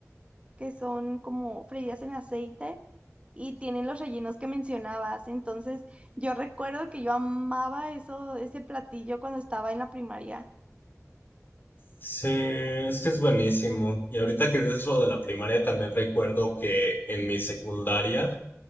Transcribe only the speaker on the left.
Sí, es que es buenísimo. Y ahorita que dices lo de la primaria, también recuerdo que en mi secundaria